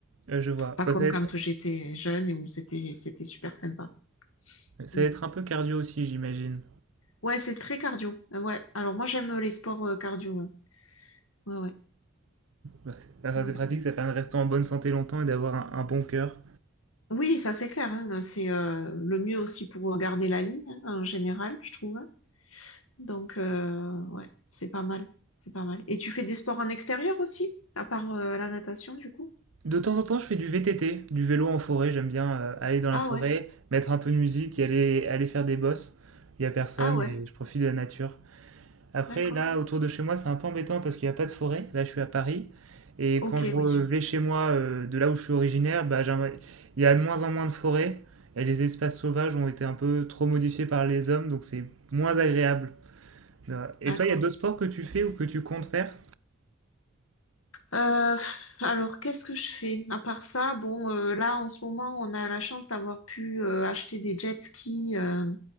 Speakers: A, on the right; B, on the left.
A: Euh, je vois.
B: Pas
A: Bah,
B: comme
A: ça va
B: quand
A: être...
B: j'étais jeune et où c'était c'était super sympa.
A: ça
B: Mm.
A: va être un peu cardio aussi, j'imagine.
B: Ouais, c'est très cardio. Euh, Ouais. Alors moi, j'aime les sports euh, cardio. Ouais, ouais, ouais.
A: Bah, enfin,
B: ouais.
A: c'est pratique, ça permet de rester en bonne santé longtemps et d'avoir un, un bon cœur.
B: Oui, ça c'est clair, hein, Ben, c'est euh, le mieux aussi pour garder la ligne hein, en général, je trouve. Donc euh, ouais, c'est pas mal, c'est pas mal. Et tu fais des sports en extérieur aussi, à part euh, la natation du coup?
A: De temps en temps, je fais du VTT, du vélo en forêt. J'aime bien euh, aller dans la
B: Ah
A: forêt,
B: ouais,
A: mettre un peu de musique et aller, aller faire des bosses. Il y a personne
B: ah ouais,
A: et je profite de la nature. Après,
B: d'accord.
A: là, autour de chez moi, c'est un peu embêtant parce qu'il n'y a pas de forêt. Là, je suis à Paris. Et
B: Ok,
A: quand je re-
B: oui,
A: vais chez moi, euh, de là où je suis originaire, bah, j'aimerais- il y a de moins en moins de forêts. Et les espaces sauvages ont été un peu trop modifiés par les hommes, donc c'est moins agréable. Voilà. Et
B: d'accord.
A: toi, il y a d'autres sports que tu fais ou que tu comptes faire?
B: Euh, pff, alors qu'est-ce que je fais? À part ça, bon, euh, là en ce moment, on a la chance d'avoir pu euh, acheter des jet skis euh,